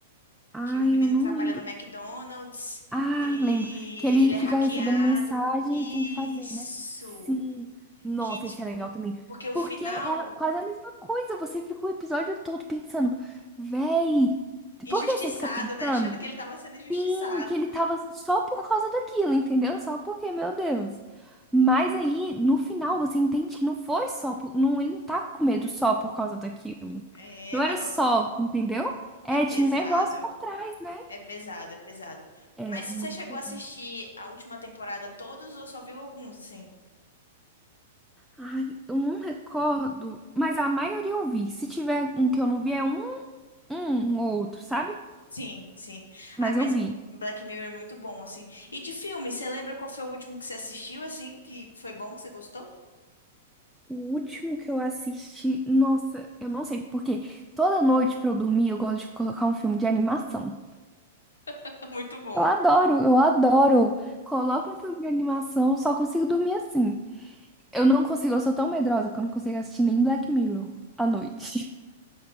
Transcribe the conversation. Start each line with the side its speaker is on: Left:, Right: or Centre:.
Centre: Ai,
Left: Que o menino
Centre: eu não
Left: trabalha
Centre: lembro.
Left: no McDonald's
Centre: Ah,
Left: e
Centre: lembro. Que ele
Left: ele é
Centre: fica
Left: hackeado.
Centre: recebendo mensagem
Left: Isso!
Centre: e tem que fazer, né? Sim. Nossa,
Left: Que, tipo,
Centre: esse é legal também.
Left: porque o
Centre: Porque
Left: final,
Centre: é quase a mesma coisa. Você fica o episódio todo pensando, véi,
Left: injustiçado,
Centre: por que você fica pensando?
Left: né? Achando que ele tava sendo injustiçado.
Centre: Sim, que ele tava só por causa daquilo, entendeu? Só porque, meu Deus. Mas aí, no final, você entende que não foi só por... Não, ele não tá com medo só por causa daquilo.
Left: É,
Centre: Não
Left: o
Centre: era
Left: negócio
Centre: só, entendeu? É,
Left: é pesado.
Centre: tinha um negócio por trás, né?
Left: É pesado, é pesado.
Centre: É,
Left: Mas você
Centre: muito
Left: chegou
Centre: pesado.
Left: a assistir a última temporada todos ou só viu alguns, assim?
Centre: Ai, eu não recordo, mas a maioria eu vi. Se tiver um que eu não vi, é um, um ou outro, sabe?
Left: Sim, sim.
Centre: Mas
Left: Ah, mas
Centre: eu vi.
Left: Black Mirror é muito bom, assim. E de filme, você lembra qual foi o último que você assistiu, assim? Que foi bom, que você gostou?
Centre: O último que eu assisti, nossa, eu não sei porque toda noite pra eu dormir eu gosto de colocar um filme de animação.
Left: <laughs> Muito bom.
Centre: Eu adoro, eu adoro. Coloco um filme de animação, só consigo dormir assim. Eu não consigo, eu sou tão medrosa que eu não consigo assistir nem Black Mirror à noite.